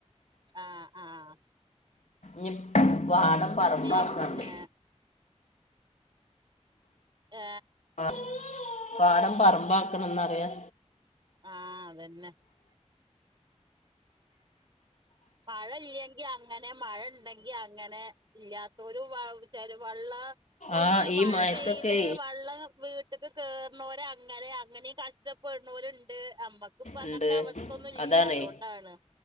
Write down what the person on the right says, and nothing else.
ആ ആ
പിന്നെ ഏ
ആ അതന്നെ മഴ ഇല്ലെങ്കിൽ അങ്ങനെ. മഴ ഉണ്ടെങ്കി അങ്ങനെ. ഇല്ലാത്തോര് വ ചെര വള്ളാ ഒന്ന്
മഴ
പെയ്ത് വെള്ളം വീ ട്ട്ക്ക് കേർണോരെ അങ്ങനെ. അങ്ങനെയും കഷ്ടപ്പെട്ണോര്ണ്ട്. അമ്പ ക്ക് ഇപ്പ അങ്ങനത്തെ
അവസ്ഥൊന്നും ഇല്ല
അതുകൊണ്ടാണ്.